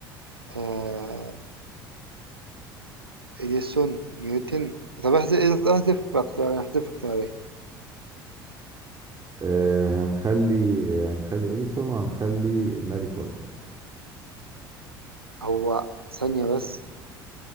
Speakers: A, on the right; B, on the right.
A: آه إديسون نيوتن طب احذف احذف اختيارين احذف اختيارين
B: آه هنخلي آه، هنخلي اديسون وهنخلي ماري كوري
A: هو ثانية بس